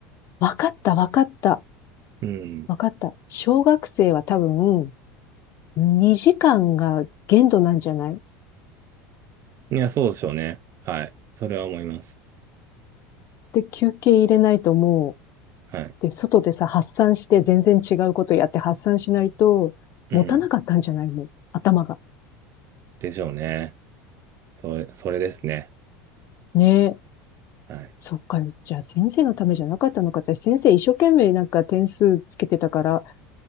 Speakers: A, on the left (about 45°); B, on the right (about 45°).
A: わかった、わかった、
B: うん。
A: わかった。小学生は多分、2時間が限度なんじゃない
B: いや、そうでしょうね。はい。それは思います。
A: で、休憩入れないとも
B: はい。
A: う、で、外でさ、発散して全然違うことやって発散しないと、
B: うん。
A: 持たなかったんじゃないの頭が。
B: でしょうね。それ、それですね。
A: ねえ。
B: はい。
A: そっか、じゃあ先生のためじゃなかったのかって、先生一生懸命なんか点数つけてたから、